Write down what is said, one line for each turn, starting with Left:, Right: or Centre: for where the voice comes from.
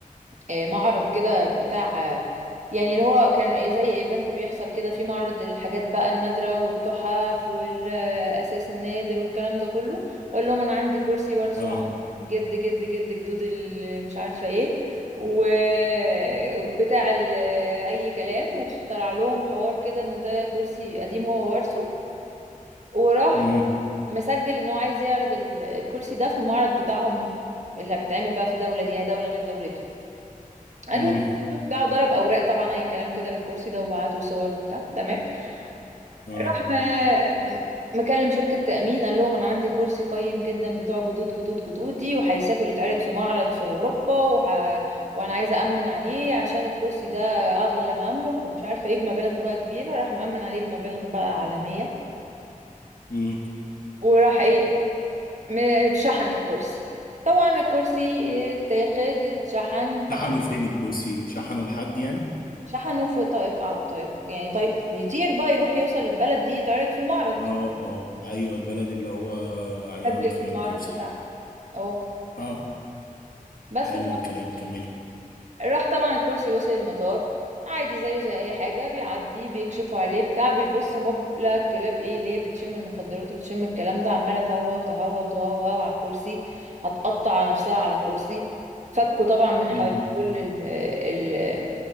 Right: آه، معرض كده بتاع آه، يعني اللي هو كان زي ايفنت بيحصل كده في معرض للحاجات بقى النادرة والتحف والأساس النادر والكلام ده كله وأقول لهم أنا عندي كرسي وارثه
Left: اه
Right: عن جد جد جد جدود ال- مش عارفة ايه وبتاع ال- أي كلام واخترع لهم حوار كده إنه ده كرسي قديم هو وارثه وراح
Left: امم
Right: مسجل إن هو عايز يعرض ال- الكرسي ده في المعرض بتاعهم اللي بيتعمل بقى في دولة دي يعني دولة غير دولته قالوا
Left: امم
Right: له ماشي وبتاع وضرب اوراق طبعا اي كلام كده للكرسي ده وبعت وصور وبتاع تمام
Left: اه
Right: راح م- مكلم شركة تأمين قال لهم أنا عندي كرسي قيم جدا بتوع جدود جدود جدودي وهيسافر يتعرض في معرض في أوروبا وح... وأنا عايزة أمن عليه عشان الكرسي ده أغلى ما أملك ومش عارفة إيه بمبالغ بقى كبيرة راح مأمن عليه بمبالغ بقى عالمية
Left: امم
Right: وراح إيه م- شحن الكرسي طبعا الكرسي اتاخد اتشحن
Left: شحنوا فين الكرسي شحنوا لحد يعني
Right: شحنه في طائق ع- طائق يعني طيق يطير بقى يروح يوصل البلد دي يتعرض في المعرض
Left: اه اه ايوه البلد اللي هو هيعرض
Right: أجل
Left: فيها
Right: في المعرض
Left: الكرسي
Right: بتاعها اه
Left: اه
Right: بس
Left: حلو الكلام كملي
Right: فراح طبعا الكرسي وصل المطار عادي زيه زي اي حاجه بيعدي بيكشفوا عليه بتاع بيبص هوب لا الكلاب ايه اللي هي بتشم المخدرات وبتشم الكلام ده عماله تهوهو تهوهو تهوهو على الكرسي هتقطع نفسها على الكرسي فكوا طبعا من حوالي
Left: امم
Right: كل ال- ال-